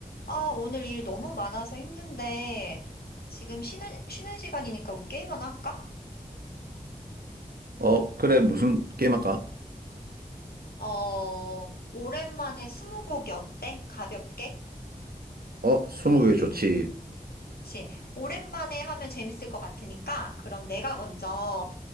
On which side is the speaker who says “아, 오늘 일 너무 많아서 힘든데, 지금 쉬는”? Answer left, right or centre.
Left